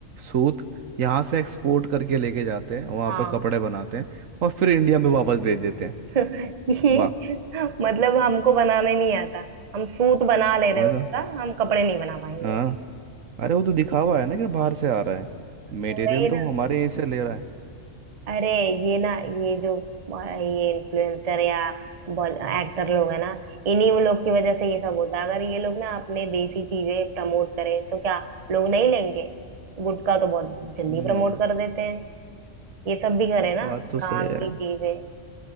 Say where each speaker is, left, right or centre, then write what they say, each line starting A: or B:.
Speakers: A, on the right; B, on the right.
A: सूत यहाँ से एक्सपोर्ट करके लेके जाते हैं वहाँ
B: हाँ
A: पर कपड़े बनाते हैं और फिर इंडिया में वापस भेज देते हैं
B: <laughs> ये
A: वाह
B: मतलब हमको बनाना ही नहीं आता हम सूत बना ले
A: वही
B: रहे हैं उसका
A: तो
B: हम कपड़े नहीं बना पाएंगे
A: हाँ अरे वो तो दिखावा है ना कि बाहर से आ रहा है मटेरियल
B: वही
A: तो
B: ना
A: वो हमारे यहीं से ले रहा है
B: अरे ये ना ये जो अ, ये इन्फ्लुएंसर या एक्टर लोग है ना इन्हीं वो लोग की वजह से ये सब होता है अगर ये लोग ना अपने देसी चीजें प्रमोट करें तो क्या लोग नहीं लेंगे गुटखा तो बहुत जल्दी
A: हम्म
B: प्रमोट कर देते हैं ये सब भी करें ना
A: बात तो सही
B: काम
A: है
B: की चीजें